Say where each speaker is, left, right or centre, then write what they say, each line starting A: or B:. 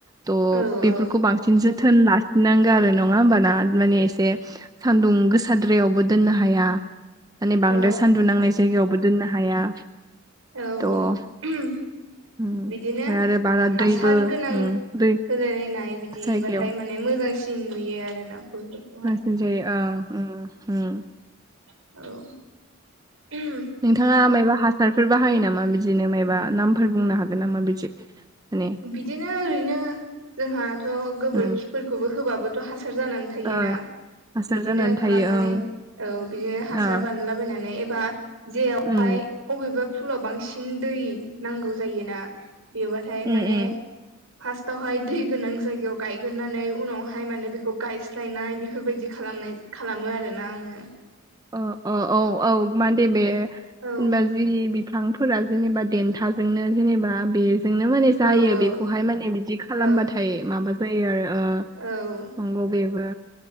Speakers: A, on the right; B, on the right.
A: थ'
B: औ औ
A: बेफोरखौ बांसिन जोथोन लाखिनांगो आरो नङा होमबा ना माने एसे। सान्दुं गोसाद्रायावबो दोननो हाया माने बांद्राय
B: औ
A: सान्दुं नांनाय गायावबो दोननो हाया।
B: औ
A: थ' उम
B: <unintelligible>
A: ओमफ्राय
B: बिदिनो
A: आरो बारा
B: हासार
A: दैबो
B: गोनां
A: उम दै
B: होलायलायनाय बिदि
A: जायगायाव
B: बिबाथाय माने मोजांसिन नुयो आरो ना फुलखो।
A: बांसिन जायो आ उम हुम।
B: औ <unintelligible>
A: नोंथाङा मायबा हासारफोर बाहायो नामा बिदिनो मायबा नामफोर बुंनो हागोन नामा बिदि? माने
B: बिदिनो ओरैनो जोंहाथ' गोबोरखिफोरखौबो
A: उम
B: होबाबो थ' हासार जानानै थायोना।
A: ओ हासार
B: बिदिनो
A: जानानै
B: खालामनानै
A: थायो ओं
B: औ बिदिनो हासार
A: ओ
B: बानायलाबायनानै एबा जेरावहाय
A: उम
B: अबेबा फुलाव बांसिन दै नांगौ जायोना बेवबाथाय
A: उम
B: माने
A: उम
B: फास्टावहाय दै गोनां जायगायाव गायगोरनानै उनावहाय माने बेखौ गायस स्लायनाय बेफोरबायदि खालामनाय खालामो आरोना आङो।
A: ओ ओ औ औ मानदे बे
B: औ
A: जेनेबा बि बिफां फोरा जेनेबा देन्थाजोंनो जेनेबा बे जोंनो माने जायो
B: औ औ
A: बेखौहाय माने बिदि खालामबाथाय
B: औ
A: माबा जायो आरो ओ
B: औ।
A: नंगौ बेबो।